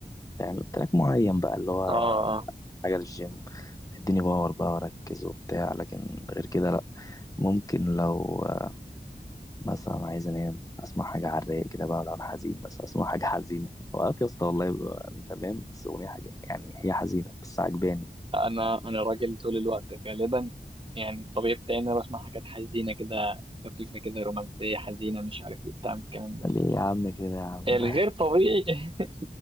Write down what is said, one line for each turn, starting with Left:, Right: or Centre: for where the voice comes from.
Left: فاهم تراك معين بقى اللي هو
Right: اه آه.
Left: حاجه للجيم اديني باور بقى واركز وبتاع لكن غير كده لا ممكن لو آه، مثلا عايز انام اسمع حاجه على الرايق كده بقى لو انا حزين بس اسمع حاجه حزينه اوقات يا اسطى والله بيبقى تمام بس اغنيه حاجه يعني هي حزينه بس عجباني
Right: انا انا راجل طول الوقت غالبا يعني الطبيعي بتاعي ان انا بسمع حاجات حزينه كده خفيفه كده رومانسيه حزينه مش عارف ايه بتاع من الكلام ده
Left: ليه يا عم كده يا عم
Right: الغير طبيعي <laughs>